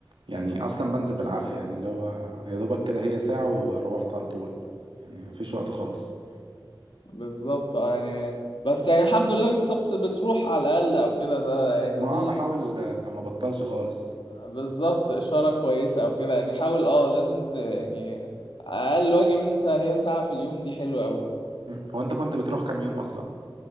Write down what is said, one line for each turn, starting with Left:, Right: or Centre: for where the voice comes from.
Right: يعني اصلا بنزل بالعافية يعني اللي هو يا دوبك كده هي ساعة وروحت على طول يعني مفيش وقت خالص
Left: بالظبط اه يعني بس يعني الحمد لله انت بت- بتروح على الاقل او كده ده يعني
Right: ما
Left: دي
Right: اه بحاول آه، ما بطلش خالص
Left: بالظبط إشارة كويسة أو كده يعني حاول اه لازم ت... يعني أقل واجب إن أنت هي ساعة في اليوم دي حلوة أوي
Right: مم. هو انت كنت بتروح كام يوم اصلا